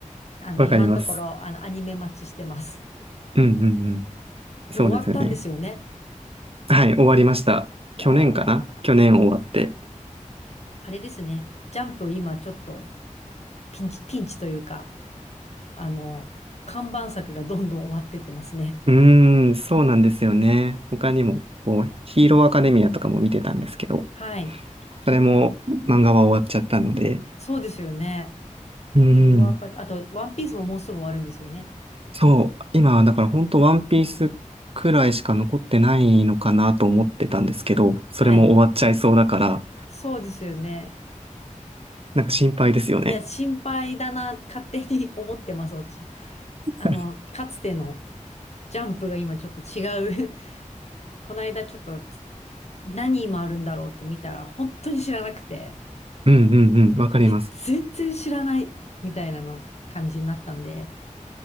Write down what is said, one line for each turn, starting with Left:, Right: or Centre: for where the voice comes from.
Left: あの、
Right: わかります。
Left: 今のところ、あの、アニメ待ちしてます。
Right: うんうんうん。そうですよね。
Left: でも終わったんですよね。
Right: はい、終わりました。去年かな去年終わって。
Left: あー、あれですね。ジャンプ今ちょっとピンチ、ピンチというか、あの、看板作がどんどん終わってってますね。
Right: うーん、そうなんですよね。他にも、こう、ヒーローアカデミアとかも見てたんですけど、
Left: はい。
Right: それも漫画は終わっちゃったので。
Left: そうですよね。ヒーローアカデあと、
Right: うーうん
Left: ワンピースももうすぐ終わるんですよね。
Right: そう、今、だから本当ワンピースくらいしか残ってないのかなと思ってたんですけど、それも終わっちゃいそうだから、
Left: はい。そうですよね。
Right: なんか心配ですよね。
Left: いや、心配だな、勝手に <laughs> 思ってます、私も。
Right: <laughs>
Left: あの、かつてのジャンプが今ちょっと違う <laughs> この間ちょっと何今あるんだろうって見たら本当に知らなくて、
Right: うんうんうん、わかります。
Left: え、全然知らないみたいなの感じになったんで、